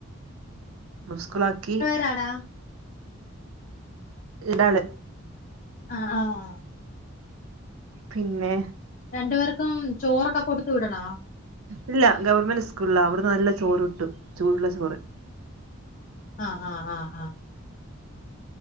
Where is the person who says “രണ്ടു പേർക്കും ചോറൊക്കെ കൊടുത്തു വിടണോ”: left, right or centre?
Left